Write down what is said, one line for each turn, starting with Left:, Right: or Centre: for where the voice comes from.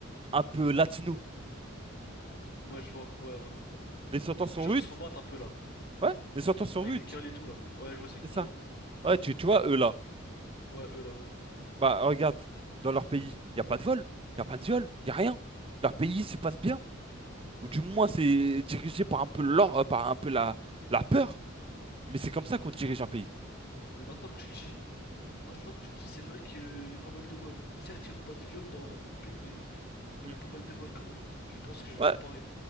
Right: un peu latino.
Left: Ouais, je vois. Ouais, à peu près. ouais.
Right: Les sentences sont
Left: Les gens
Right: rudes.
Left: qui se font battre un peu là.
Right: Ouais, les sentences sont
Left: Avec
Right: rudes.
Left: des curly et tout là. Ouais, je vois c'est qui,
Right: C'est ça.
Left: ouais.
Right: Ouais, tu, tu vois, eux là.
Left: Ouais, eux là, ouais.
Right: Bah, regarde, dans leur pays, il n'y a pas de vol, il n'y a pas de viol, il n'y a rien. Leur pays se passe bien. ou du moins c'est dirigé par un peu l'or, euh, par un peu la, la peur, mais c'est comme ça qu'on dirige un pays.
Left: Mais maintenant que tu le dis, maintenant que tu le dis, c'est vrai qu'il y a pas mal de vols. Certes, il n'y a pas de viol dans, dans mon pays, mais
Right: Mm.
Left: il y a pas mal de vols quand même. Je pense que je vais
Right: Ouais.
Left: faire pareil.